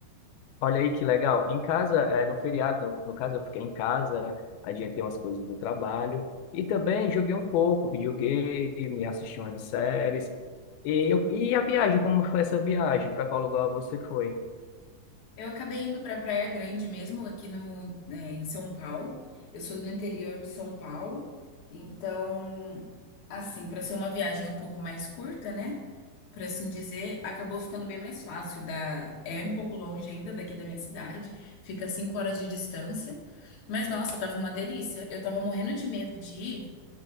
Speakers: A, on the left; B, on the left.
A: olha aí que legal. Em casa, eh, no feriado, no caso, eu fiquei em casa, adiantei umas coisas do trabalho e também joguei um pouco, videogame, assisti umas séries. E, eu- e a viagem, como foi essa viagem? Para qual lugar você foi?
B: Eu acabei indo para Praia Grande mesmo, aqui no, é, em São Paulo. Eu sou do interior de São Paulo, então, assim, para ser uma viagem um pouco mais curta, né? Por assim dizer, acabou ficando bem mais fácil. Da... É um pouco longe ainda daqui da minha cidade, fica cinco horas de distância. Mas nossa, tava uma delícia. Eu tava morrendo de medo de ir